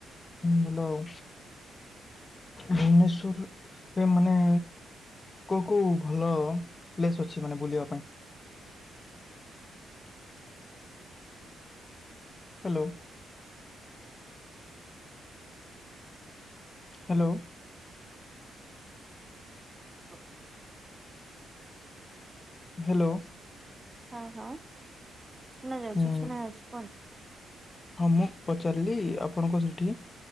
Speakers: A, on the left; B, on the right.
A: ଭଲ ଆଉ। ଭୁବନେଶ୍ବର ମାନେ କୋଉ କୋଉ ଭଲ ପ୍ଲେସ୍ ଅଛି ମାନେ ବୁଲିବା ପାଇଁ। ହ୍ୟାଲୋ। ହ୍ୟାଲୋ।
B: ହଁ
A: ହ୍ୟାଲୋ।
B: ହଁ ହଁ ଶୁଣା ଯାଉଛି
A: ହୁଁ।
B: ଶୁଣା ଯାଉଛି କୁହନ୍ତୁ।
A: ହଁ ମୁଁ ପଚାରିଲି ଆପଣଙ୍କ ସେଇଠି